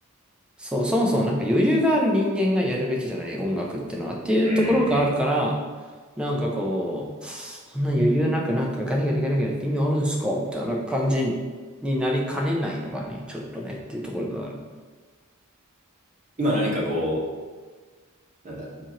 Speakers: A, in the centre; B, on the right.
A: そう、そもそもなんか余裕がある人間がやるべきじゃない音楽ってのはっていうところがあるから、
B: うん、うん。
A: なんかこう、そんな余裕なくなんかガリガリガリガリやって意味あるんですかみたいな感じになりかねないのがね、ちょっとねっていうところがある。
B: 今何かこう、なんだ、